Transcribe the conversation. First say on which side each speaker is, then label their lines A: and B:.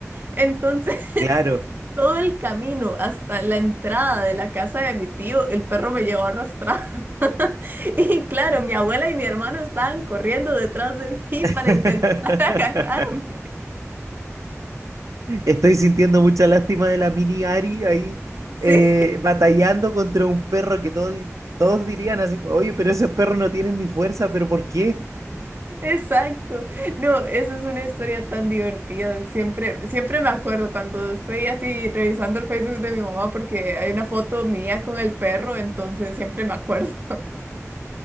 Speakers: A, on the right; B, on the right.
A: Entonces, <laughs>
B: Claro.
A: todo el camino hasta la entrada de la casa de mi tío, el perro me llevó arrastrada. <laughs> Y claro, mi abuela y mi hermano estaban corriendo detrás de mí
B: <laughs>
A: para intentar <laughs> agarrarme.
B: Estoy sintiendo mucha lástima de la mini Ari ahí
A: <laughs> Sí.
B: eh, batallando contra un perro que todos, todos dirían así, oye, pero esos perros no tienen ni fuerza, pero ¿por qué?
A: Exacto. No, esa es una historia tan divertida. Siempre, siempre me acuerdo cuando estoy así revisando el Facebook de mi mamá porque hay una foto mía con el perro, entonces siempre me acuerdo.